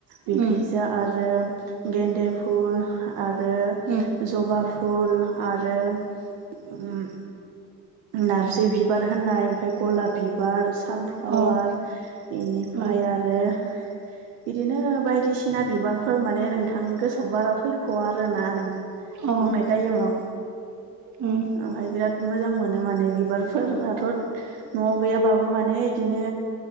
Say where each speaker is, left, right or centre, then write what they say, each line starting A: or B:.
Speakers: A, on the right (about 45°); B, on the right (about 80°).
A: उम
B: बिखैजा दा आरो गेन्दे फुल आरो
A: उम
B: जबा फुल आरो उम नारजि बिबार होननाय ओमफाय गलाब बिबार सानफ्लावार
A: अ
B: इनिफाय
A: उम
B: आरो आरो बिदिनो बायदिसिना बिबारफोर माने नोंथां गोसोआव बारा फै ख'आ आरोना नों
A: अ
B: बुंनाय टाइमाव
A: उम
B: ओमफ्राय बिराद मोजां मोनो नो माने बिबारफोराथ' न'आव गैयाबाबो माने बिदिनो